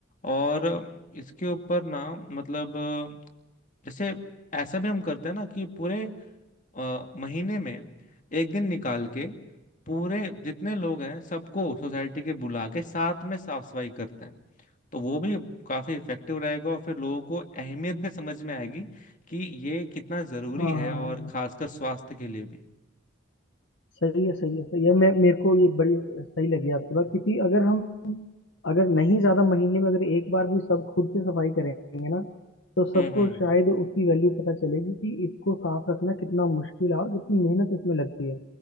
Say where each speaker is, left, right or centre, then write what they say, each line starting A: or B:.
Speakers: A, on the left; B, on the left.
A: और इसके ऊपर ना मतलब अ, जैसे ऐसा भी हम करते हैं ना कि पूरे अ, महीने में एक दिन निकाल के पूरे जितने लोग हैं सबको सोसाइटी के बुला के साथ में साफ सफाई करते हैं तो वो भी काफी इफेक्टिव रहेगा और फिर लोगों को अहमियत भी समझ में आएगी कि ये कितना जरूरी
B: हाँ
A: है
B: हाँ
A: और
B: हाँ
A: खासकर स्वास्थ्य के लिए भी
B: सही है सही है सही है मैं मेरे को ये बड़ी सही लगी आपकी बात क्योंकि अगर हम अगर नहीं ज्यादा महीने में अगर एक बार भी सब खुद से सफाई करेंगे ना तो सबको
A: हम्म हम्म
B: शायद उसकी वैल्यू पता चलेगी कि इसको साफ रखना कितना मुश्किल है और कितनी मेहनत इसमें लगती है